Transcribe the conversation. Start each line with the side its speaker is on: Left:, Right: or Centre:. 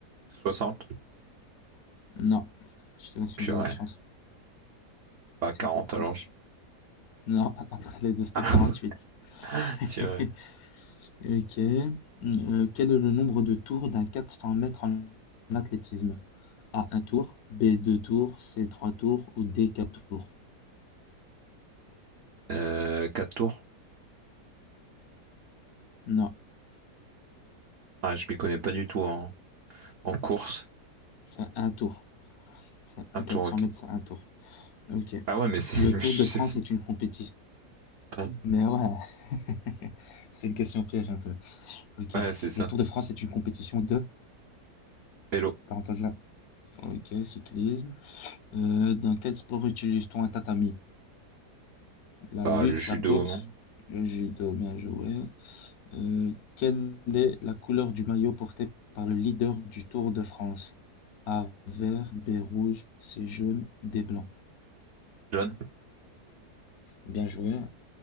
Right: 60?
Left: Non, je te laisse
Right: Purée.
Left: une deuxième chance.
Right: Pas
Left: C'était
Right: 40
Left: presque.
Right: alors. je-
Left: Non, <laughs> entre les deux c'était
Right: <laughs>
Left: 48.
Right: Ah,
Left: <laughs>
Right: purée.
Left: Ok. Hum, Euh, quel est le nombre de tours d'un 400 mètres en athlétisme? A, un tour. B, deux tours. C, trois tours. Ou D, quatre tours.
Right: Euh, quatre tours?
Left: Non,
Right: Ah, je m'y connais pas du tout en, en course.
Left: c'est un tour. C'est un
Right: Un
Left: 400
Right: tour, ok.
Left: mètres, c'est un tour. Ok.
Right: Ah ouais, mais c'est.
Left: Le Tour
Right: <laughs> je
Left: de
Right: sais
Left: France est une compétition.
Right: pas.
Left: Mais ouais, <laughs> c'est une question piège un peu. Ok.
Right: Ouais, c'est ça.
Left: Le Tour de France est une compétition de.
Right: Hello.
Left: T'as entendu là? Ok, cyclisme. Euh, dans quel sport utilise-t-on un tatami? La
Right: Bah,
Left: lutte,
Right: le judo,
Left: la boxe, le judo, bien joué. Euh, quelle est la couleur du maillot porté par le leader du Tour de France? A vert, B rouge, C jaune, D blanc.
Right: John,
Left: Bien joué.